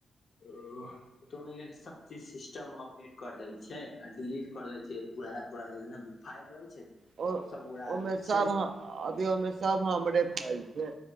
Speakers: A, on the left; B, on the right.
A: ओह। तऽ सबचीज सिस्टम अपडेट कर दै छै, डिलीट कर दै छै पूराना- पूराना जेतना भी फाईल रहै छै।
B: ओ-
A: सब उड़ा
B: ओय
A: दै
B: में
A: छै
B: सब अथी ओय मे सब हमरे फैल छै।